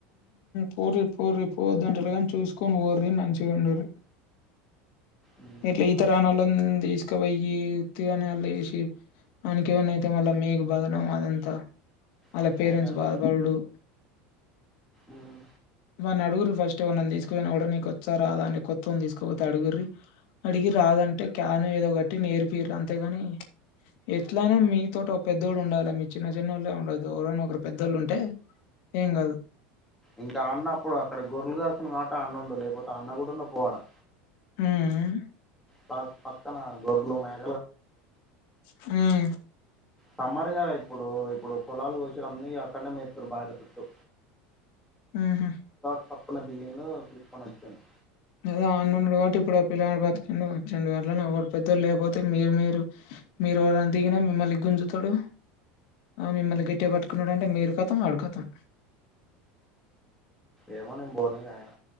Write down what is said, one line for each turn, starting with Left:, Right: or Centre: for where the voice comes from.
Left: పోరి పోరి పోవద్దు అంటలే గాని చూసుకొని పోరి మంచిగా ఉండుండ్రి.
Centre: ఉమ్,
Left: ఇట్లా ఈత రానోల్లని తీసుకుపోయి ఉత్తిగానే అల్లేసి వానికి ఏమన్నా అయితే మళ్ళ మీకు బాదనం అదంతా. వాళ్ల
Centre: అట్లా
Left: పేరెంట్స్
Centre: ఏం లేదు
Left: బాధపడుడు.
Centre: ఉమ్.
Left: వాన్ని అడుగుంరి ఫస్ట్ ఎవరి నన్న తీసుకుపోయినా కూడా నీకు వచ్చా రాదా అనీ కొత్తోని తీసుకుపోతే అడుగుంరి. అడిగి రాదంటే క్యాన్ ఏదో ఒకట్టి నేర్పి ఇయుర్రి అంతేగాని ఎట్లయినా మీతోటి ఒక పెద్దోడు ఉండాలి. మీ చిన్న చిన్న వాళ్ళ ఉండోదు ఎరైనా ఒకరు పెద్దోళ్ళు ఉంటే ఏం కాదు.
Centre: ఇంకా అన్నప్పుడు అక్కడ గొర్రెలుగాస్తుండు కాబట్టి అన్న ఉండు లేకపోతే అన్న కూడా పోలే.
Left: ఉమ్మ్
Centre: పా పక్కన గొర్లు ఉన్నాయి.
Left: ఉహు
Centre: సమ్మర్ కదా ఇప్పుడు పొలాలు కోసిండ్రు అన్ని. అన్నం వేస్తారు బాట సుట్టూ.
Left: ఉహు
Centre: సాప్పున దిగిండు తీసుకొని వచ్చినం.
Left: ఏదో ఆ అన్న ఉన్నాడు కాబట్టి ఇప్పుడు ఆ పిల్లగాడు బతికిండు వచ్చిండు. అట్లనే ఎవరు పెద్దోళ్ళు లేకపోతే మీరు మీరు మీరు ఎవరన్నా దిగినా మిమ్మల్ని గుంజుతాడు. మిమ్మల్ని గట్టిగా పట్టుకున్నాడు. అంటే మీరు కతం వాడు కతాం.
Centre: ఏమో నేను పోనిగ ఆయన